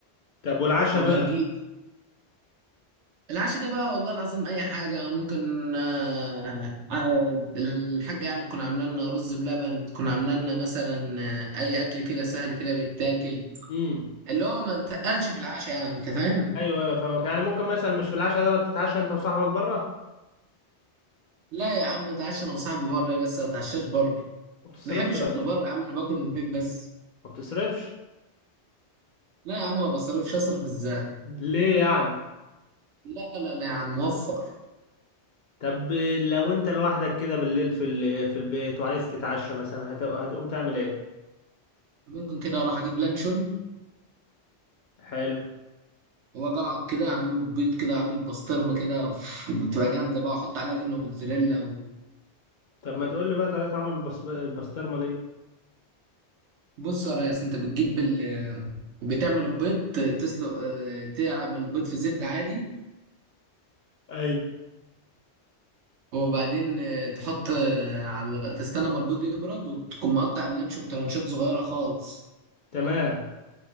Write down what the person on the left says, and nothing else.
طب والعشاء
بقى
امم
ايوه ايوه فاهمك يعني ممكن مثلا مش في العشاء دوت تتعشى انت وصاحبك بره
ما بتصرفش
ولا
ايه
ما بتصرفش
ليه يعني
طب لو انت لوحدك كده بالليل في ال- في البيت وعايز تتعشى مثلا هت- هتقوم تعمل ايه
حلو
طب ما تقول لي بقى طريقة عمل البص- البسطرمة دي
ايوه
تمام